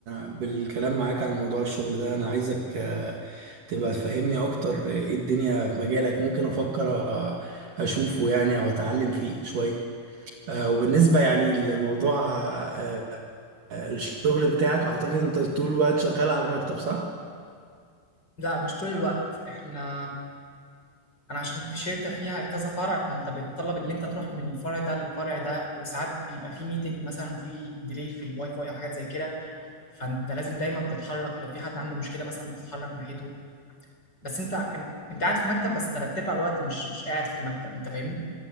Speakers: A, on the right (about 55°); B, on the left (about 25°).
A: بالكلام معاك عن موضوع الشغل ده انا عايزك آه تبقى تفهمني اكتر آه، ايه الدنيا في مجالك ممكن افكر آه، اشوفه يعني او اتعلم فيه شوية آه وبالنسبة يعني لموضوع آه آه، الشغل بتاعك اعتقد انت طول الوقت شغال على مكتب صح؟
B: لا مش طول الوقت احنا انا عشان في شركة فيها كذا فرع فانت بيتطلب ان انت تروح من الفرع ده للفرع ده وساعات بيبقى في ميتنج مثلا في ديلي في الواي فاي او حاجات زي كده فانت لازم دايما تتحرك لو في حد عنده مشكلة مثلا بتتحرك ناحيته بس انت انت قاعد في مكتب بس تلات ارباع الوقت مش مش قاعد في المكتب انت فاهمني